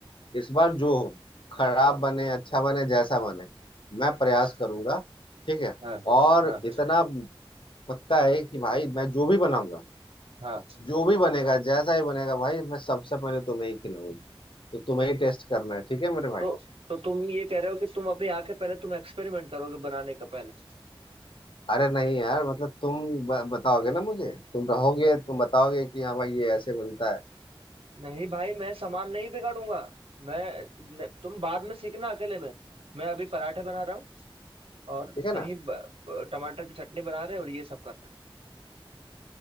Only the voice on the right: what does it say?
हाँ
हाँ
हाँ
हाँ
तो तो तुम ये कह रहे हो कि तुम अभी आके पहले तुम एक्सपेरिमेंट करोगे बनाने का पहले
नहीं भाई मैं सामान नहीं बिगाड़ूंगा मैं न- तुम बाद में सीखना अकेले में मैं अभी पराठे बना रहा हूँ और
दही
ब- टमाटर की चटनी बना रहे हैं और ये सब कर रहे हैं